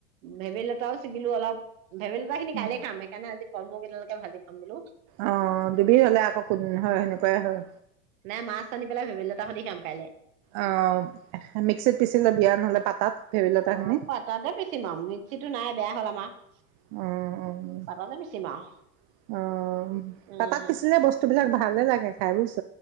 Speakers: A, on the right; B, on the right.
A: ভেবেলী লতাও ছিগিলো অলপ ভেবেলীতা খিনি
B: উম।
A: কাইলে খাম সেইকাৰণে আজি কলমৌ কেইডালকে ভাজি খাম বোলো
B: অ দুবিধ হলে আকৌ কোন হয় সেনেকুৱাই হয়।
A: নে মাছ আনি পেলাই ভেবেলীলতা সতি খাম কাইলৈ
B: অ মিক্সিত পিচি লবি আৰু নহলে পাতাত ভেবেলতাখিনি।
A: অ পাতাতে পিচিম আৰু মিক্সিটো নাই বেয়া হ'ল আমাৰ
B: <unintelligible>
A: পাতাতে পিচিম আৰু উম
B: পাতাত পিচিলে বস্তুবিলাক ভালহে লাগে খাই বুইছ